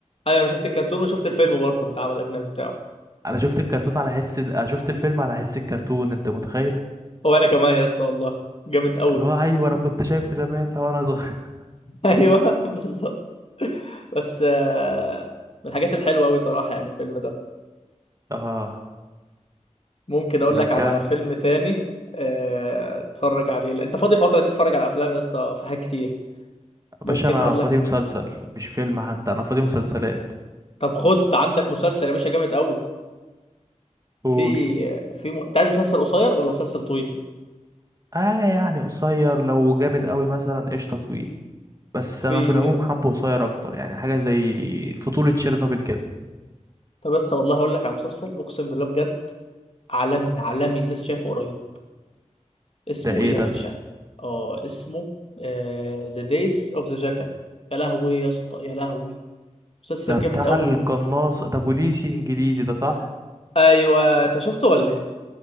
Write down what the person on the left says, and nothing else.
ايوه انا شفت الكرتون وشفت الفيلم برضه اللي اتعمل اجنبي بتاعه
هو انا كمان يا اسطى والله جامد قوي
<laughs> ايوه بالظبط بس آه، من الحاجات الحلوه قوي صراحه يعني الفيلم ده
ممكن اقول
لك على فيلم تاني آه، اتفرج عليه لا، انت فاضي الفتره دي اتفرج على افلام يا اسطى في حاجات كتير ممكن
اقول
لك
طب خد عندك مسلسل يا باشا جامد قوي
في في م... انت عايز مسلسل قصير ولا مسلسل طويل
في
طب بس والله هقول لك على مسلسل اقسم بالله بجد عالمي عالمي لسه شايفه قريب اسمه
ايه يا
باشا اه اسمه ذا دايز اوف ذا جاكال يا لهوي يا اسطى يا لهوي مسلسل
جامد قوي
ايوه انت شفته ولا ايه